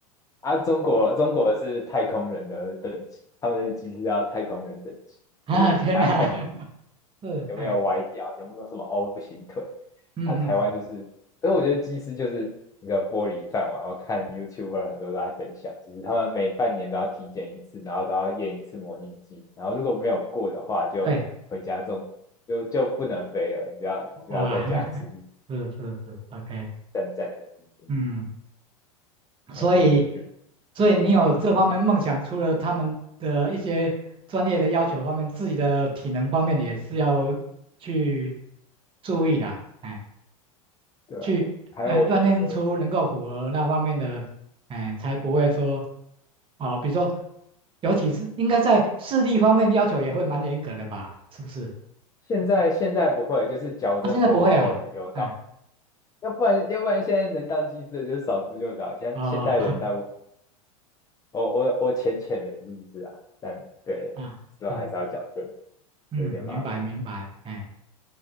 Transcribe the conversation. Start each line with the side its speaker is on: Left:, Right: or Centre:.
Left: 啊，中国中国是太空人的等级，他们的机是要太空人等级。
Right: <laughs> 啊，
Left: 就是还要看。
Right: 天哪，<laughs> 是，
Left: 有没有歪掉，
Right: 哎，
Left: 有没有什么 O 型腿。
Right: 嗯嗯嗯，
Left: 啊，台湾就是，所以我觉得技师就是一个玻璃饭碗。我看 YouTuber 很多都在分享，就是他们每半年都要体检一次，然后都要验一次模拟机，然后如果没有过的话，就回家种，
Right: 对，
Left: 就就不能飞了，你就要你就要在家吃
Right: 哇，<laughs> 是是是，OK，
Left: 战战兢兢。
Right: 嗯，
Left: 那我真的就觉得，
Right: 所以，所以你有这方面梦想，
Left: 嗯，
Right: 除了他们的一些专业的要求方面，自己的体能方面也是要去注意的，哎。
Left: 对啊。
Right: 去，
Left: 还有我觉得
Right: 呃，锻炼出能够符合那方面的，哎、才不会说，哦，比如说，尤其是应该在视力方面要求也会蛮严格的吧，是不是？
Left: 现在现在不会，就是矫正过后有到，
Right: 啊，现在不会哦，嗯，
Left: 要不然要不然现在能当技师的就是少之又少，现现代人大部
Right: 哦，
Left: 我我我浅浅的认知啊，但对，
Right: 啊，
Left: 之后还是要矫正，
Right: 是，嗯，
Left: 有一点麻烦。
Right: 明白明白，哎、